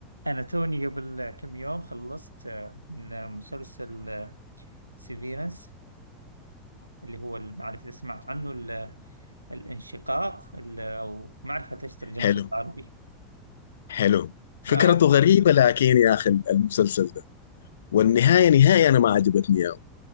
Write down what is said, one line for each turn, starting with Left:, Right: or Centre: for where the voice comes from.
Right: أنا توني قبل كم يوم خلصت آه، من مسلسل سيفيرنس اللي هو ال- ما أعرف إذا سمعت عنه ال- الانشقاق ال- أو ما أعرف حتى إيش ترجمته
Left: حلو
Right: بالعربي
Left: حلو فكرته
Right: آه
Left: غريبة لكن يا أخي المسلسل ده والنهاية نهاية أنا ما عجبتني يا